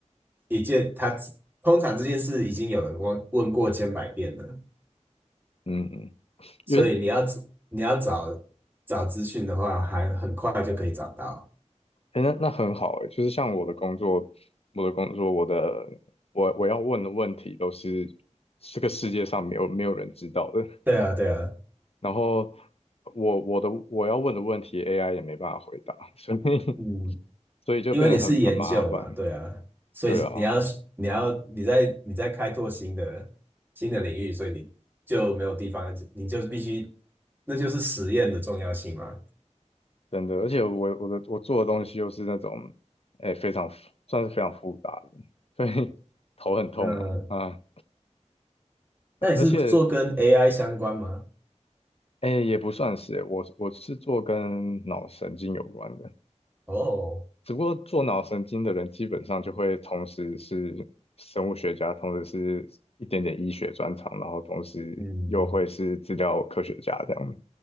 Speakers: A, on the right; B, on the left.
A: 一件他通常这件事已经有人问问过千百遍了，
B: 嗯，嗯因为
A: 所以你要找你要找找资讯的话，还很快就可以找到。
B: 诶那那很好诶，就是像我的工作，我的工作，我的我我要问的问题都是这个世界上没有没有人知道的，
A: 对啊，对啊，
B: 然后我我的我要问的问题 AI 也没办法回答，所以
A: 嗯，
B: <laughs> 所以就变得很很麻烦，
A: 因为你是研究嘛，对啊，所以是你要你要你在你在开拓新的新的领域，
B: 对啊，
A: 所以你就没有地方，你就必须，那就是实验的重要性嘛。
B: 真的，而且我我的我做的东西又是那种诶非常复算是非常复杂的，所以 <laughs> 头很痛啊啊，
A: 嗯，
B: 而而且。
A: 那你是做跟 AI 相关吗？
B: 哎，也不算是，我我是做跟脑神经有关的，
A: 哦，
B: 只不过做脑神经的人基本上就会同时是生物学家，同时是一点点医学专长，然后同时又会是资料科学家这样，
A: 嗯，